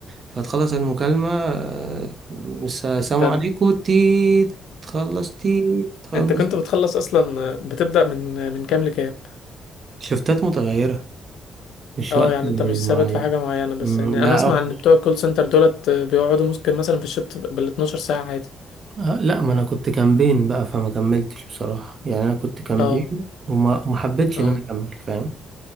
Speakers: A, on the right; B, on the left.
A: فتخلص المكالمة آه، مس- السلام
B: ده
A: عليكم
B: <laughs>
A: تي تخلص تي تخلص
B: انت كنت بتخلص اصلا بتبدأ من من كام لكام
A: شفتات متغيرة مش
B: اه
A: وقت
B: يعني انت مش
A: معين
B: ثابت في حاجة معينة بس
A: مم،
B: يعني
A: لا
B: انا اسمع
A: أوحش
B: ان بتوع الكول سنتر دولت بيقعدوا ممكن مثلا في الشفت بال 12 ساعة عادي
A: آه، لا ما أنا كنت كامبين بقى فما كملتش بصراحة يعني أنا كنت كامبين
B: اه
A: وما وما حبيتش
B: اه
A: إن أنا أكمل فاهم